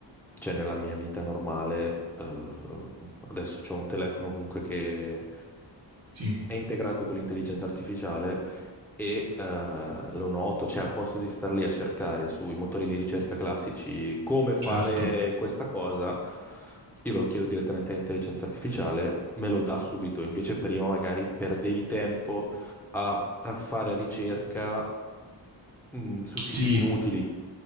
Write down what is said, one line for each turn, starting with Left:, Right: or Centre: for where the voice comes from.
Centre: cioè nella mia vita normale, eh, adesso ho un telefono comunque che
Right: Sì,
Centre: è integrato con l'intelligenza artificiale e eh, lo noto, cioè al posto di star lì a cercare sui motori di ricerca classici come fare
Right: certo.
Centre: questa cosa, io lo chiedo direttamente all'intelligenza artificiale, me lo dà subito, invece prima magari perdevi tempo a, a fare ricerca mh, su siti
Right: Sì,
Centre: inutili,